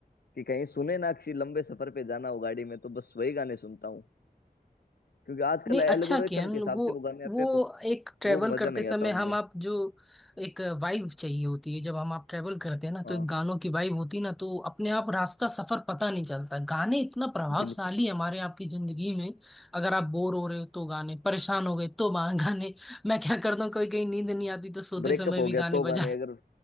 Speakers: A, on the left; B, in the centre.
A: कि कहीं सुने ना किसी लंबे सफर पे जाना हो गाड़ी में तो बस वही गाने सुनता हूँ क्योंकि आजकल
B: नहीं
A: एल्गोरिथम
B: अच्छा किया न,
A: के हिसाब
B: वो
A: से वो गाने आते
B: वो
A: हैं तो
B: एक ट्रेवल
A: वो मजा
B: करते
A: नहीं
B: समय
A: आता उनमें
B: हम आप जो एक वाइब चाहिए होती है जब हम आप ट्रेवल करते हैं ना
A: हाँ
B: तो एक गानों की वाइब होती है ना तो अपने आप रास्ता सफर पता नहीं चलता गाने इतना प्रभावशाली
A: बिल्कुल
B: है हमारे आपकी जिंदगी में अगर आप बोर हो रहे हो तो गाने परेशान हो गए तो बा- <laughs> गाने मैं क्या करता हूँ कभी कहीं नींद नहीं आती तो सोते
A: ब्रेकअप
B: समय
A: हो
B: भी
A: गया
B: गाने
A: तो
B: बजा
A: गाने अगर